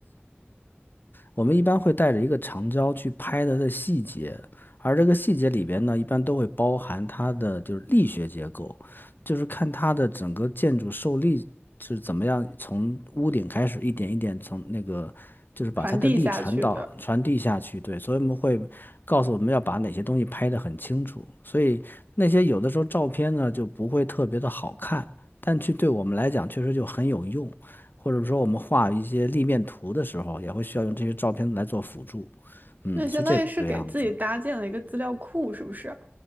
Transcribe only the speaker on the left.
我们一般会带着一个长焦去拍它的细节，而这个细节里边呢，一般都会包含它的就是力学结构，就是看它的整个建筑受力是怎么样，从屋顶开始一点一点从那个就是把它的力传导传递下去。
对，所以我们会告诉我们要把哪些东西拍得很清楚，所以那些有的时候照片呢就不会特别的好看，但去对我们来讲确实就很有用。或者说我们画一些立面图的时候，也会需要用这些照片来做辅助。嗯，
是这个样子。